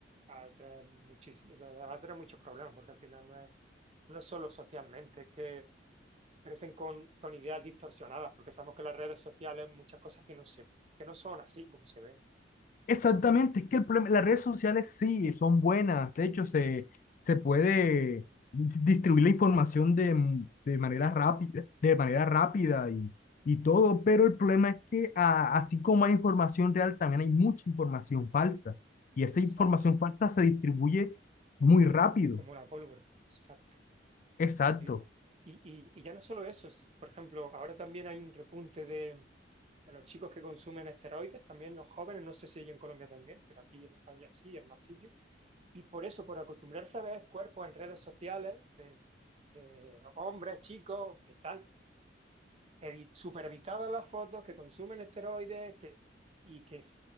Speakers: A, on the right; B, on the left.
A: atrae muchísimo, atrae muchos problemas, porque al final no es, no es solo socialmente, es que crecen con, con ideas distorsionadas, porque sabemos que las redes sociales muchas cosas que no se, que no son así como se ven.
B: Exactamente, es que el problema, las redes sociales sí son buenas, de hecho se, se puede di- distribuir la información de, m- de manera rápida, de manera rápida y, y todo, pero el problema es que a- así como hay información real, también hay mucha información falsa y esa
A: Exacto,
B: información falsa se distribuye muy rápido.
A: como la pólvora. Exacto.
B: Exacto.
A: a Y, y- y ya no solo eso, s- por ejemplo, ahora también hay un repunte de, de los chicos que consumen esteroides, también los jóvenes, no sé si hay en Colombia también, pero aquí en España sí, en más sitios. Y por eso, por acostumbrarse a ver cuerpos en redes sociales de, de hombres, chicos, que están edi- supereditadas las fotos, que consumen esteroides que, y que,